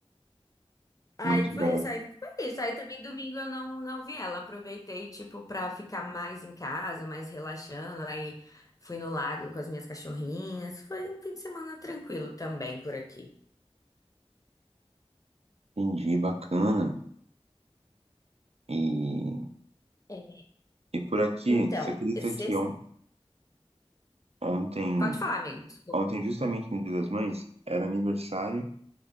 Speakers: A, on the left; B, on the right.
A: Aí
B: muito
A: foi
B: bom.
A: isso, aí foi isso. Aí também domingo eu não, não vi ela. Aproveitei, tipo, pra ficar mais em casa, mais relaxando. Aí fui no lago com as minhas cachorrinhas. Foi um fim de semana tranquilo também por aqui.
B: Entendi, bacana. E,
A: É.
B: e por aqui,
A: Então,
B: você acredita
A: esse...
B: que on- ontem.
A: pode falar, amigo, desculpa.
B: Ontem, justamente no Dia das Mães, era aniversário